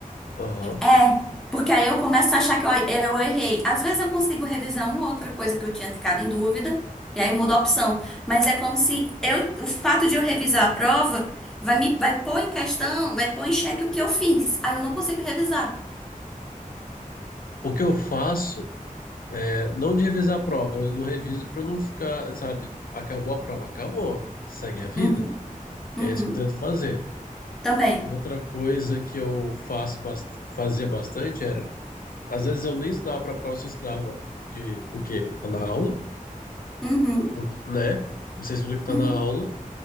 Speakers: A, on the left (about 80°); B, in the centre.
A: Aham.
B: É, porque aí eu começo a achar que eu, eu errei. Às vezes eu consigo revisar uma outra coisa que eu tinha ficado em dúvida, e aí muda a opção. Mas é como se eu, o fato de eu revisar a prova vai me, vai pôr em questão, vai pôr em xeque o que eu fiz. Aí eu não consigo revisar.
A: O que eu faço é não de revisar a prova. Eu não reviso para não ficar, sabe? Acabou a prova, acabou. Segue a vida.
B: Uhum, uhum,
A: É isso que eu tento fazer.
B: também.
A: Outra coisa que eu faço bast- fazia bastante era, às vezes eu nem estudava para a prova, eu estudava o que o que tá na aula,
B: Uhum,
A: o que, né? Você estuda o que tá
B: uhum,
A: na aula.